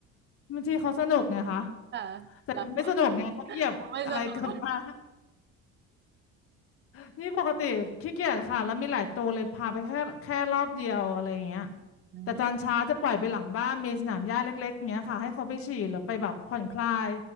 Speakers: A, on the left; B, on the right.
A: บางทีเขาสนุกไงคะ
B: ค่ะ
A: แต่ไม่สนุกไงเขาเหยียบอะไรกลับมา
B: เราว่าเราไม่สนุก
A: <laughs> นี่ <laughs> ปกติขี้เกียจค่ะแล้วมีหลายตัวเลยพาไปแค่แค่รอบเดียวอะไรอย่างเงี้ย
B: อืม
A: แต่ตอนเช้าจะปล่อยไปหลังบ้านมีสนามหญ้าเล็กๆเงี้ยค่ะให้เขาไปฉี่หรือไปแบบผ่อนคลาย